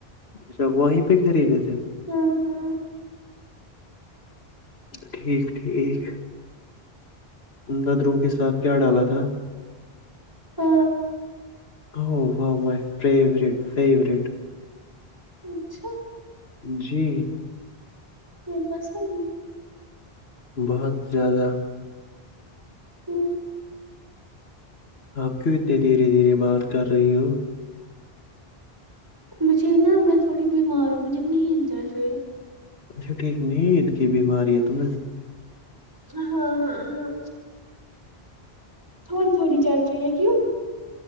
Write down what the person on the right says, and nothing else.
ہ ہاں
آ
اچھا
نہیں پسند ہے
ہ
مجھے نا میں تھوڑی بیمار ہوں مجھے ن ڈر رہی
ہاں ہاں ہاں تھوڑی تھوڑی چار پ ہے کیوں